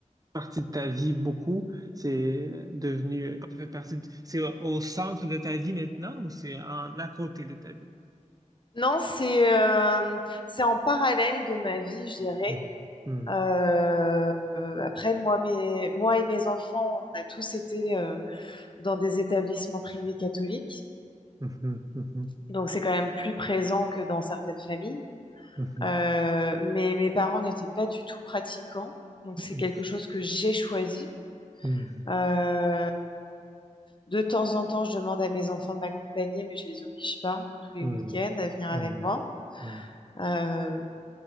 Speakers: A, on the right (about 30°); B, on the left (about 40°).
A: partie de ta vie beaucoup. C'est devenu, ça fait partie de- c'est au au centre de ta vie maintenant ou c'est en à côté de ta vie?
B: Non, c'est euh, c'est en parallèle de ma vie, je dirais.
A: Mhm. Mhm.
B: Euh, euh, après, moi, mes, moi et mes enfants, on a tous été euh, dans des établissements privés catholiques,
A: Mhm.
B: donc c'est quand même plus présent que dans certaines familles.
A: Mhm.
B: Euh, mais mes parents n'étaient pas du tout pratiquants, donc
A: Mhm.
B: c'est quelque chose que j'ai choisi.
A: Mhm.
B: Euh, de temps en temps, je demande à mes enfants de m'accompagner, mais je les oblige pas tous les
A: Mhm.
B: week-ends à venir avec
A: Mhm.
B: moi.
A: Mhm.
B: Euh,